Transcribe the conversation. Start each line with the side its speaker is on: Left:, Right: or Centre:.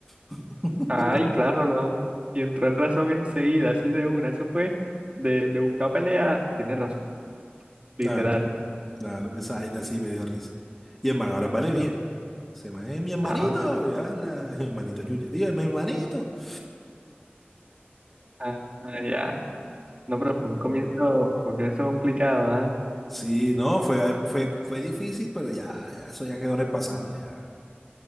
Centre: <laughs>
Right: Ay, claro, no. Y entró en razón enseguida, así de una. Eso fue de, de buscar pelea. Tienes razón. Literal.
Centre: Claro, claro, esa vaina sí me dio risa. Y el man ahora vale bien. Se man es mi hermanito,
Right: Ah,
Centre: ya, la, <laughs> hermanito chucha. Diga, mi hermanito. <laughs>
Right: Ah, ah, ya. No, pero fue un comienzo, fue un comienzo complicado, ¿ah?
Centre: Sí, no, fue, fue, fue difícil, pero ya, ya, eso ya quedó en el pasado, ya.